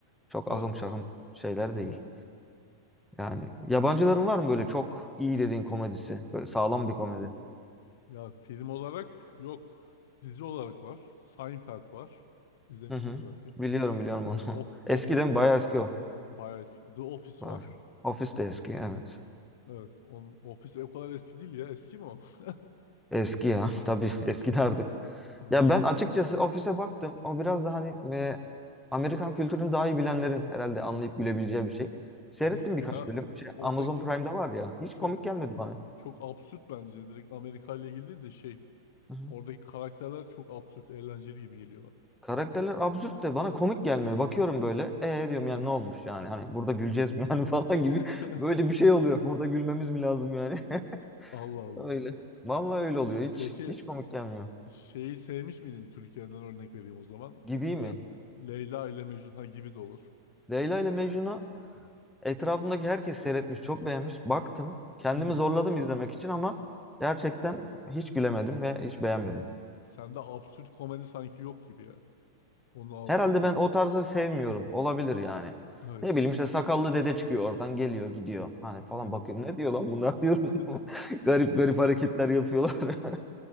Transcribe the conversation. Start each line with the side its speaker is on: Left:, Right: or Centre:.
Centre: Çok
Left: evet.
Centre: ahım şahım şeyler değil. Yani yabancıların var mı böyle çok iyi dediğin komedisi? Böyle sağlam bir komedi.
Left: Ya film olarak yok. Dizi olarak var. Seinfeld var. İzlemişsindir
Centre: Hı hı.
Left: belki.
Centre: Biliyorum biliyorum onu.
Left: Of,
Centre: <laughs>
Left: Office.
Centre: Eski değil mi? Bayağı eski o.
Left: Bayağı eski. The Office
Centre: Ba-
Left: var.
Centre: Ofis de eski evet.
Left: Evet. On, Office o kadar eski değil ya. Eski mi o? <laughs>
Centre: Eski ya <laughs> tabii eski de artık.
Left: Ha,
Centre: Ya ben açıkçası ofise baktım. O biraz da hani e, Amerikan kültürünü daha iyi bilenlerin herhalde anlayıp gülebileceği bir şey. Seyrettim
Left: yok
Centre: birkaç
Left: ya.
Centre: bölüm. Şey,
Left: Oradaki
Centre: Amazon Prime'da var ya. Hiç
Left: çok
Centre: komik gelmedi bana.
Left: Çok absürt bence. Direkt Amerika ile ilgili değil de şey.
Centre: Hı hı.
Left: Oradaki karakterler çok absürt, eğlenceli gibi geliyor bana.
Centre: Karakterler absürt de bana komik gelmiyor. Bakıyorum böyle. Ee diyorum
Left: Hmm.
Centre: yani ne olmuş yani? Hani burada güleceğiz mi yani <laughs> falan gibi.
Left: <laughs>
Centre: Böyle bir şey oluyor. Burada gülmemiz mi lazım yani?
Left: Allah
Centre: <laughs>
Left: Allah.
Centre: Öyle. Vallahi öyle oluyor. Hiç
Left: Peki
Centre: hiç komik gelmiyor.
Left: şeyi sevmiş miydin Türkiye'den örnek vereyim o zaman.
Centre: Gibi
Left: Mesela
Centre: mi?
Left: Leyla ile Mecnun ha gibi de olur.
Centre: Leyla ile Mecnun'u etrafımdaki herkes seyretmiş, çok beğenmiş. Baktım. Kendimi
Left: Hmm.
Centre: zorladım izlemek için ama gerçekten hiç gülemedim ve hiç beğenmedim.
Left: Sende absürt komedi sanki yok gibi ya. Onu alt
Centre: Herhalde
Left: hissettim.
Centre: ben o tarzı sevmiyorum. Olabilir yani.
Left: Evet.
Centre: Ne bileyim işte sakallı dede çıkıyor oradan geliyor gidiyor. Hani falan
Left: Hmm.
Centre: bakıyorum ne diyor lan bunlar <laughs> diyorum.
Left: <laughs>
Centre: Garip garip hareketler yapıyorlar. <laughs>